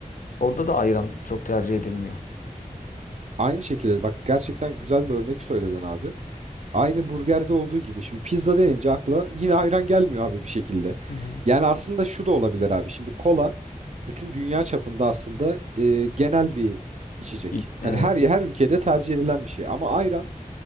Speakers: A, on the left (about 75°); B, on the right (about 55°).
A: Orada da ayran çok tercih edilmiyor.
B: Aynı şekilde bak gerçekten güzel bir örnek söyledin abi. Aynı burgerde olduğu gibi şimdi pizza denince akla yine ayran gelmiyor abi bir şekilde.
A: Hı hı.
B: Yani aslında şu da olabilir abi. Şimdi kola bütün dünya çapında aslında e, genel bir içecek.
A: İ- Evet.
B: Hani her her ülkede tercih edilen bir şey ama ayran